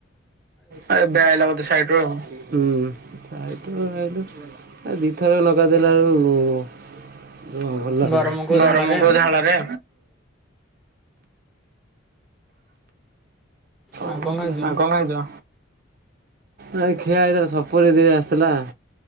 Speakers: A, on the right; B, in the centre.
A: ଆ ଏବେ ଆଇଲ ବୋଧେ ସାଇଟିରୁ ଆଉ। ହୁଁ ଆଇତ ଆଇଲେ ଆ ଦିଥର ନ ଗାଧେଇଲା ବେଳକୁ ଉଁ ହୁଁ ଭଲ
B: ଗରମକୁ
A: ହୋଉ। ଗରମକୁ
B: ଝାଳରେ
A: ଝାଳରେ
B: ଆଉ
A: କଣ କରୁଚ?
B: ଖାଇଛ
A: କଣ ଖାଇଚ? ନାଇ ଖିଆ ହେଇଥିଲା ସପୁରି ଦିଇଟା ଆସିଥିଲା।